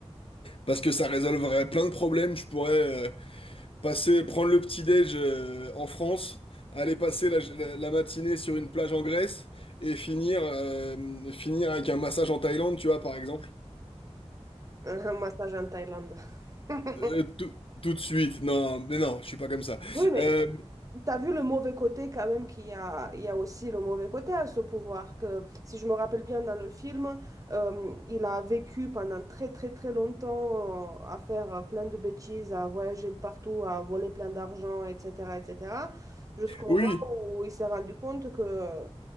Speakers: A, on the left (about 55°); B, on the right (about 30°).
A: Parce que ça résolverait plein de problèmes. Je pourrais euh, passer, prendre le petit-déj euh, en France, aller passer la, la- la matinée sur une plage en Grèce et finir, euh, finir avec un massage en Thaïlande, tu vois, par exemple.
B: un massage en Thaïlande. <laughs>
A: Euh, tout, tout de suite. Non, mais non, je suis pas comme ça.
B: Oui, mais
A: Euh,
B: t'as vu le mauvais côté quand même qu'il y a, il y a aussi le mauvais côté à ce pouvoir, que si je me rappelle bien dans le film, euh, il a vécu pendant très très très longtemps euh, à faire euh, plein de bêtises, à voyager de partout, à voler plein d'argent, etc., etc., jusqu'au moment
A: oui,
B: où il s'est rendu compte que,